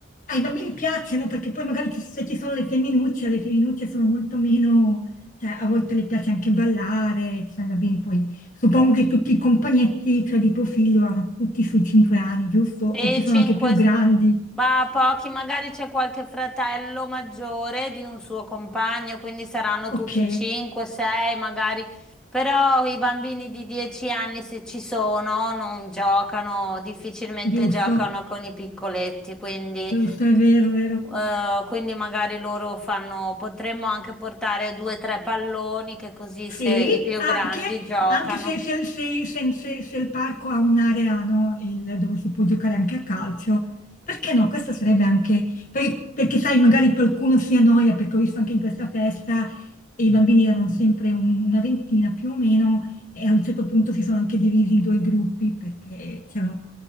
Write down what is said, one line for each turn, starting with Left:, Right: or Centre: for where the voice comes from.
Left: Ai bambini piacciono perché poi magari ci- se ci sono le femminucce, le femminucce sono molto meno, cioè a volte le piace anche ballare, cioè, i bambini poi suppongo che tutti i compagnetti, cioè di tuo figlio, hanno tutti sui 5 anni, giusto? O
Centre: Sì,
Left: ci sono
Centre: cinque...
Left: anche più grandi.
Centre: s- Ma pochi, magari c'è qualche fratello maggiore di un suo compagno, quindi saranno
Left: Ok,
Centre: tutti 5, 6 magari. Però i bambini di 10 anni, se ci sono, non giocano, difficilmente
Left: giusto,
Centre: giocano con i piccoletti, quindi,
Left: giusto, è vero, è vero.
Centre: eh, quindi magari loro fanno, potremmo anche portare due o tre palloni, che così
Left: Sì,
Centre: se i più
Left: anche,
Centre: grandi giocano.
Left: anche se, se- se- se- se- se il parco ha un'area no, il- dove si può giocare anche a calcio, perché no? Questo sarebbe anche, per- perché sai, magari qualcuno si annoia, perché ho visto anche in questa festa i bambini erano sempre un- una ventina più o meno e a un certo punto si sono anche divisi in due gruppi perché c'erano